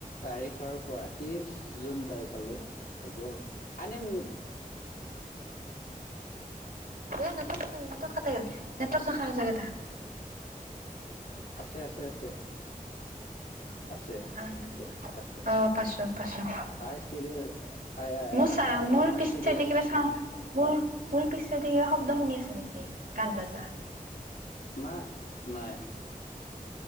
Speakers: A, on the left; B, on the right.
A: তাৰিখৰ পৰা ত্ৰিশ জুন তাৰিখলৈ হ'ব। আনিম।
B: এ নেটক কাটা গেল। নেটৱক কাটা গেল। নেটৱৰ্ক <unintelligible>
A: আছে, আছে, আছে, আছে।
B: আহ।
A: আছে,
B: অ',
A: আছে, আছে,
B: অ',
A: আছে।
B: পাইছোঁ পাইছোঁ
A: আই চিৰিয়ে আই আই
B: মোৰ চা মোৰ
A: মই
B: পিছ
A: চিৰিয়েছ।
B: চাইডে কিবা চাওঁ মোৰ মোৰ পিছচাইদে কিবা শব্দ শুনি আছা নেকি গান বাজা?
A: মা নাই।